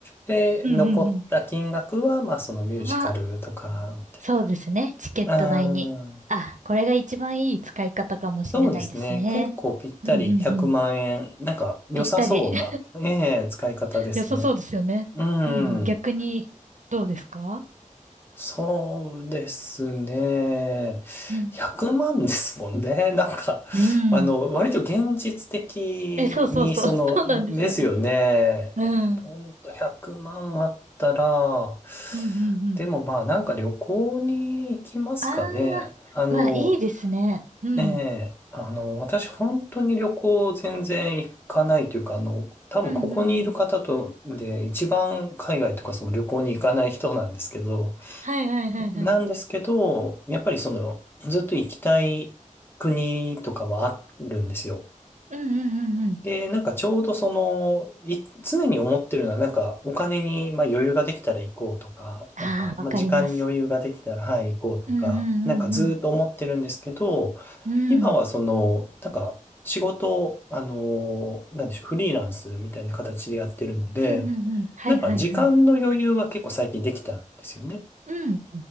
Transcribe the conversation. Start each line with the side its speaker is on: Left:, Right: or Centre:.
Left: で、
Right: うんうんう
Left: 残った金額は、まあ、そのミュージカルとか、
Right: ん。は、
Left: みたい
Right: そうですね。チケット代に。
Left: な。うん。
Right: あ、これが一番いい使い方かもしれないですね。
Left: そうですね。結構ぴったり100万円。
Right: うんうんうん。
Left: なんか良さそうな、
Right: ぴったり。<laughs>
Left: ええ、使い方ですね。
Right: 良さそうですよね。
Left: うん。
Right: うんうん。逆に、どうですか
Left: そうですね。
Right: うん。
Left: 100万ですもんね。<laughs> なんか、
Right: うん。
Left: あの、割と現実的に、
Right: え、そうそうそう。
Left: その、
Right: <laughs> そうなんですよね。
Left: ですよね。
Right: うん。
Left: ポンと100万あったら、
Right: うんうんうん。
Left: でもまあなんか旅行に行きますかね。
Right: ああ、
Left: あの、
Right: うわ、いいですね。うん。
Left: ええ、あの、私本当に旅行全然行かないというか、あの、多分ここにいる方とで一番海外とかその旅行に行かない人なんですけど、
Right: うんうんうん。はいはいはいはい。
Left: なんですけど、やっぱりそのずっと行きたい国とかはあるんですよ。
Right: うんうんうんうん。
Left: で、なんかちょうどその、い、常に思ってるのは、なんかお金にまあ余裕ができたら行こうとか、
Right: ああ、
Left: なんかまあ時間に余裕ができたら、
Right: わかります。
Left: はい、行こうとか、
Right: うんう
Left: なんかずーっと思ってるんですけど、
Right: んうんうん。
Left: 今はその、
Right: うん。
Left: なんか仕事を、あのなんでしょう、フリーランスみたいな形でやってるので、
Right: うんうんうん。はいはいはい。
Left: なんか時間の余裕は結構最近できたんですよね。
Right: うん。